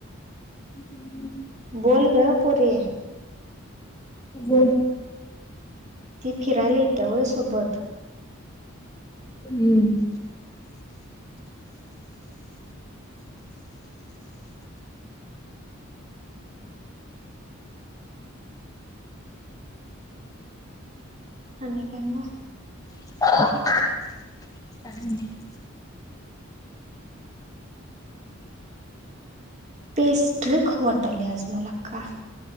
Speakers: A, on the left; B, on the right.
A: <unintelligible>
B: बोल गं पोरी.
A: बोल.
B: ती फिरायला इत्या होय सोबत.
A: हम्म.
B: आणि काय मग.
A: <unintelligible>
B: पेस्ट्री खावू वाटल्या आज मला का?